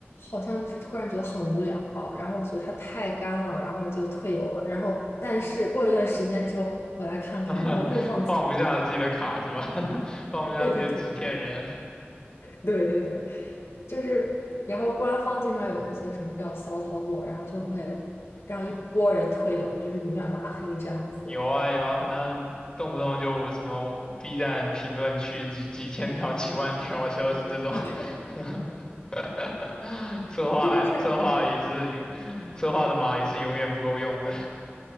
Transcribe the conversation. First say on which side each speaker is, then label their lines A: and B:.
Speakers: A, on the left; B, on the left.
A: 好像就是突然觉得很无聊，然后觉得它太干了，然后就退游了。然后，但是过一段时间之后回来看看，
B: <laughs>
A: 然后又放弃
B: 放不下自己的卡是吧？<laughs> 放不下自己的纸片人。
A: 这样子对对对对对对对，就是，然后官方经常有一些什么比较骚操作，然后就会让一波人退游，就是永远拉黑这样子。
B: 有啊有啊，反正动不动就什么 B 站评论区几几千条、几万条消息这种，
A: <laughs> 啊，对，
B: <laughs> 策划策划也是永，
A: 那就是。
B: 策划的码也是永远不够用的。